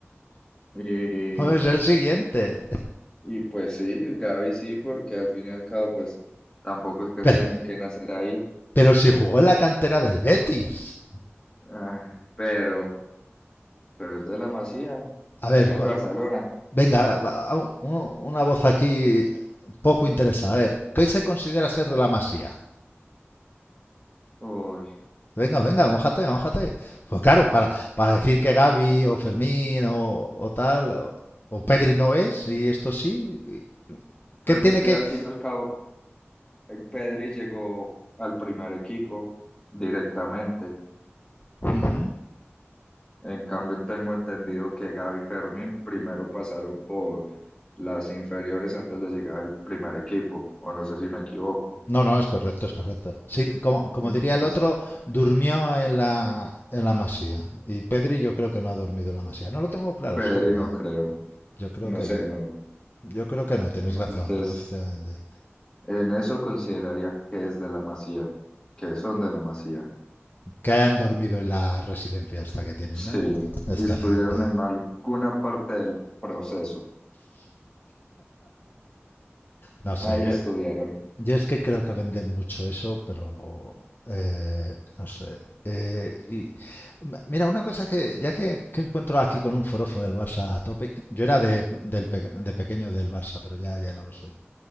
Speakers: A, on the left (about 15°); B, on the left (about 45°).
A: Y
B: es el <laughs> siguiente.
A: Y pues sí, Gaby sí, porque al fin y al cabo, pues tampoco es que
B: Pero,
A: tengan que nacer ahí.
B: pero si jugó en la cantera del Betis.
A: Ah, pero, pero es de la Masía,
B: A
A: está
B: ver,
A: en el Barcelona.
B: venga, una voz aquí poco interesada. A ver, ¿qué se considera ser de la masía?
A: Uy,
B: Venga, venga, mójate, mójate. Pues claro, para, para decir que Gavi o Fermín o, o tal, o Pedri no es, y esto sí,
A: pero
B: ¿Qué tiene
A: pues que
B: que...?
A: al fin y al cabo, eh, Pedri llegó al primer equipo directamente.
B: Ujú.
A: En cambio, tengo entendido que Gaby y Fermín primero pasaron por las inferiores antes de llegar al primer equipo, o no sé si me equivoco.
B: No, no, es correcto, es correcto. Sí, como, como
A: Entonces,
B: diría el otro, durmió en la, en la masía. Y Pedri yo creo que no ha dormido en la masía. No lo tengo claro,
A: Pedri
B: si durmió.
A: no creo,
B: Yo creo
A: no
B: que
A: sé,
B: no.
A: no.
B: Yo creo que no, tienes
A: Entonces.
B: razón, ¿no? efectivamente.
A: En eso consideraría que es de la Masía, que son de la Masía.
B: Que hayan dormido en la residencia esta que tienen,
A: Sí,
B: ¿no? Esta
A: y estuvieron
B: gente.
A: en alguna parte del proceso.
B: No sé,
A: Ahí
B: yo,
A: estuvieron.
B: Yo es que creo que venden mucho eso, pero eh, no sé. Eh, y m- mira, una cosa que ya que, que encuentro aquí con un forofo del Barça a tope, yo era de, del pe- de pequeño del Barça, pero ya, ya no lo soy.